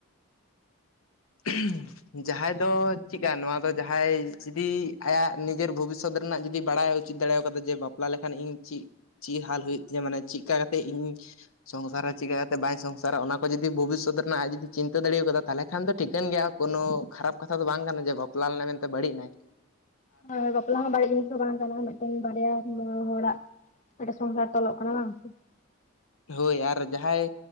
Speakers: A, on the left (about 35°); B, on the left (about 75°).
A: <unintelligible>
B: ᱦᱮᱸ ᱾ ᱡᱟᱦᱟᱸᱭ ᱫᱚ ᱪᱮᱫᱠᱟ ᱱᱚᱣᱟ ᱫᱚ ᱡᱟᱦᱟᱸᱭ ᱡᱩᱫᱤ ᱟᱭᱟᱜ ᱱᱤᱡᱮᱨ ᱵᱷᱚᱵᱤᱥᱚᱛ ᱨᱮᱱᱟᱜ ᱡᱩᱫᱤ ᱵᱟᱲᱟᱭ ᱪᱮᱫ ᱫᱟᱲᱮ ᱠᱟᱫᱟ ᱡᱮ ᱵᱟᱯᱞᱟ ᱞᱮᱠᱷᱟᱱ ᱤᱧ ᱪᱮᱫ ᱪᱮᱫ ᱦᱟᱞ ᱦᱩᱭᱩᱜ ᱛᱤᱧᱟᱹ ᱢᱟᱱᱮ ᱪᱮᱫᱠᱟ ᱠᱟᱛᱮᱜ ᱤᱧ ᱥᱚᱝᱥᱟᱨᱟ ᱪᱤᱠᱟᱹ ᱠᱟᱛᱮ ᱵᱟᱭ ᱥᱚᱝᱥᱟᱨᱟ ᱚᱱᱟ ᱠᱚ ᱡᱩᱫᱤ ᱵᱷᱚᱵᱤᱥᱥᱚᱛ ᱨᱮᱱᱟᱜ ᱟᱡ ᱡᱩᱫᱤ ᱪᱤᱱᱛᱟᱹ ᱫᱟᱲᱮᱣ ᱠᱟᱫᱟ ᱛᱟᱦᱚᱞᱮ ᱠᱷᱟᱱ ᱫᱚ ᱴᱷᱤᱠᱟᱹᱱ ᱜᱮᱭᱟ ᱠᱳᱱᱳ ᱠᱷᱟᱨᱟᱯ ᱠᱟᱛᱷᱟ ᱫᱚ ᱵᱟᱝ ᱠᱟᱱᱟ ᱡᱮ ᱵᱟᱯᱞᱟ ᱞᱮᱱᱟᱭ ᱢᱮᱱᱛᱮ ᱵᱟᱹᱲᱤᱡ ᱮᱱᱟᱭ ᱾
A: ᱦ ᱵᱟ <inaudible> ᱚᱱᱟ ᱦᱚᱸ ᱵᱟᱹᱲᱤᱡ ᱡᱤᱱᱤᱥ ᱦᱚᱸ ᱵᱟᱝ ᱠᱟᱱᱟ ᱢᱤᱫᱴᱮᱱ ᱵᱟᱨᱭᱟ ᱦᱚᱲᱟᱜ ᱢᱤᱫᱴᱮᱱ ᱥᱚᱝᱥᱟᱨ ᱛᱚᱞᱚᱜ ᱠᱟᱱᱟ ᱵᱟᱝ ᱥᱮ ᱾
B: ᱦᱳᱭ ᱟᱨ ᱡᱟᱦᱟᱸᱭ